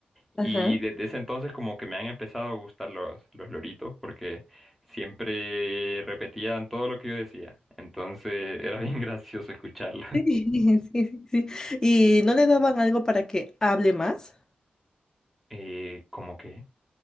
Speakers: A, in the centre; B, on the left.
A: Y
B: ajá.
A: desde ese entonces como que me han empezado a gustar los, los loritos porque siempre repetían todo lo que yo decía. Entonces era bien <laughs> gracioso escucharlos.
B: Sí, <laughs> sí, sí. sí. Y no le daban algo para que hable más.
A: Eh, como que,